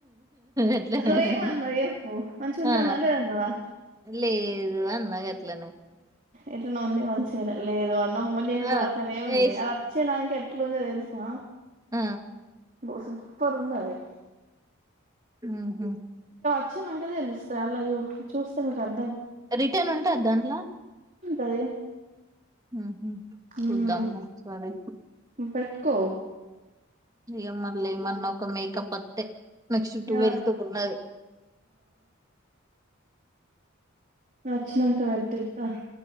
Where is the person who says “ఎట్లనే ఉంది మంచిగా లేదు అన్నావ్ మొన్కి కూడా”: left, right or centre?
Right